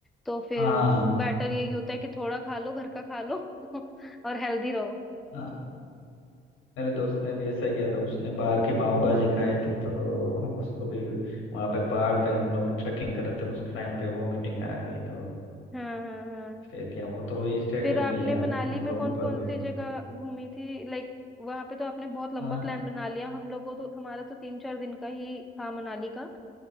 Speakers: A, in the centre; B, on the left.
A: तो फिर
B: हाँ
A: बेटर यही होता है कि थोड़ा खा लो घर का खा लो <laughs> और हेल्दी रहो
B: हाँ। मेरे दोस्त ने भी ऐसा किया था उसने बाहर की पाव भाजी खाई थी तो उसको भी वहाँ पे पहाड़ पे हम लोग ट्रैकिंग कर रहे थे उस टाइम पे वो मीटिंग आ गई तो
A: हाँ हाँ हाँ
B: फिर क्या वो तो वही स्टे
A: फिर
B: कर
A: आपने
B: लिया
A: मनाली
B: हम
A: में
B: लोग
A: कौन
B: ऊपर
A: कौन
B: गए
A: सी जगह घूमी थी लाइक वहां पे तो आपने बहुत लंबा
B: हाँ
A: प्लान बना लिया हम लोगों तो हमारा तो तीन चार दिन का ही था मनाली का